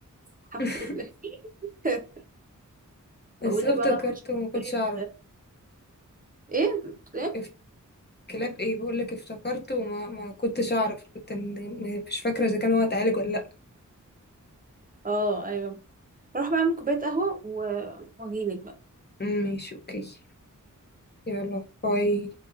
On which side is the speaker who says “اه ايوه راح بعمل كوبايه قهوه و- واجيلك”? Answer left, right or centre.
Right